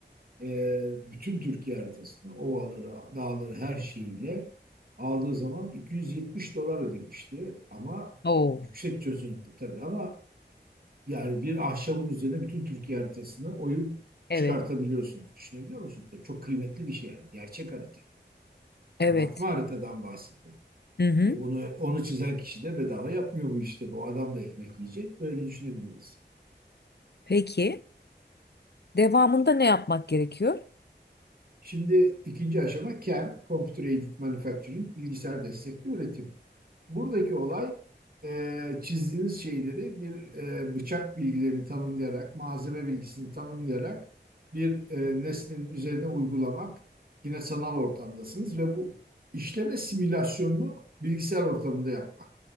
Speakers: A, on the right; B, on the left.
A: e, bütün Türkiye haritasını ovaları, dağları her şeyiyle aldığı zaman 270 dolar ödemişti ama
B: Oo,
A: yüksek çözünürlükte tabii ama yani bir ahşabın üzerine bütün Türkiye haritasını oyup
B: evet,
A: çıkartabiliyorsunuz. Düşünebiliyor musunuz? Tabii çok kıymetli bir şey yani. Gerçek harita. Kabartma
B: evet.
A: haritadan bahsediyorum.
B: Hı hı.
A: E onu, onu çizen kişi de bedava yapmıyor bu işte. Bu adam da ekmek yiyecek. Böyle düşünebiliriz.
B: Peki, devamında ne yapmak gerekiyor?
A: Şimdi ikinci aşama CAM, Computer Aided Manufacturing, bilgisayar destekli üretim. Buradaki olay e, çizdiğiniz şeyleri bir e, bıçak bilgilerini tanımlayarak, malzeme bilgisini tanımlayarak bir e, nesnenin üzerine uygulamak. Yine sanal ortamdasınız ve bu işleme simülasyonunu bilgisayar ortamında yapmak.